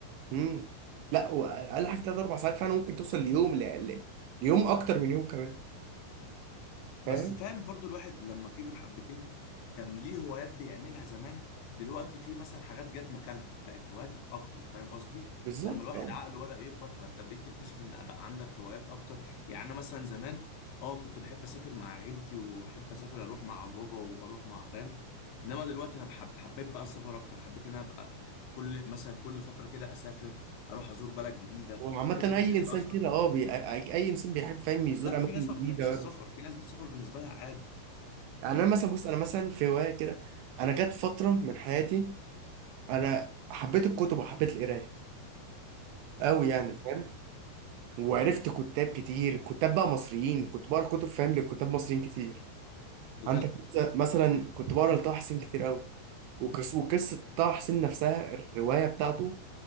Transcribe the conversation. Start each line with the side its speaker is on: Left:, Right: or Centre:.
Right: امم لا واقل حاجه ثلاث اربع ساعات فعلا ممكن توصل ليوم ل... ل... ليوم اكتر من يوم كمان
Left: بس
Right: فاهم
Left: فاهم برضو الواحد لما كبر حبتين كان ليه هوايات بيعملها زمان دلوقتي في مثلا حاجات جت مكانها بقت هواياتك اكتر فاهم قصدي
Right: بالظبط
Left: لما الواحد
Right: اه
Left: عقله بدأ يكبر فانت بقيت تكتشف ان بقى عندك هوايات اكتر يعني انا مثلا زمان اه كنت بحب اسافر مع عيلتي واحب اسافر اروح مع بابا واروح مع فاهم انما دلوقتي انا بحب حبيت بقى السفر اكتر حبيت ان انا ابقى كل مثلا كل فترة كده اسافر اروح ازور بلد جديدة
Right: وعامة
Left: فكرة
Right: أي
Left: ان انت
Right: إنسان
Left: اصلا
Right: كده أه بي... أي أي إنسان بيحب فاهم يزور
Left: لا
Right: أماكن
Left: في ناس ما
Right: جديدة
Left: بتحبش
Right: ويعرف
Left: السفر في ناس بتسافر بالنسبة لها عادي
Right: يعني أنا مثلا بص أنا مثلا في هواية كده أنا جت فترة من حياتي انا حبيت الكتب وحبيت القرايه قوي يعني فاهم وعرفت كتاب كتير كتاب بقى مصريين كنت بقرا كتب فاهم لكتاب مصريين كتير
Left: بجد
Right: عندك مث- مثلا كنت بقرا لطه حسين كتير قوي وقص- وقصه طه حسين نفسها الروايه بتاعته